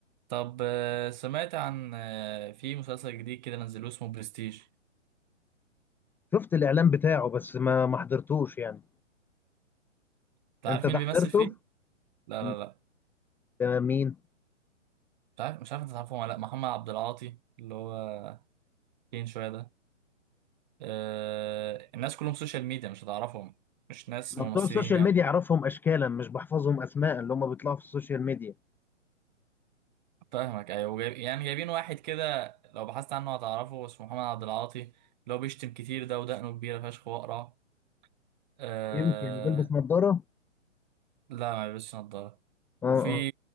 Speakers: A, on the right; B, in the centre.
A: طب آه، سمعت عن آه، في مسلسل جديد كده نزلوه اسمه برستيج
B: شفت الاعلان بتاعه بس ما ما حضرتوش يعني
A: انت عارف
B: انت ده
A: مين اللي
B: حضرته
A: بيمثل فيه لا
B: م-
A: لا لا
B: ده مين
A: مش عارف مش عارف انت تعرفه ولا لا محمد عبد العاطي اللي هو فين شويه ده آه، الناس كلهم سوشيال ميديا مش هتعرفهم مش ناس
B: ما
A: ممثلين
B: بتوع السوشيال
A: يعني
B: ميديا اعرفهم اشكالا مش بحفظهم اسماء اللي هم بيطلعوا في السوشيال ميديا
A: فاهمك ايوه جايب يعني جايبين واحد كده لو بحثت عنه هتعرفه اسمه محمد عبد العاطي اللي هو بيشتم كتير ده ودقنه كبيرة فشخ واقرع أه
B: يمكن بلبس نظاره
A: لا ما بيلبسش نضارة
B: اه
A: وفي
B: اه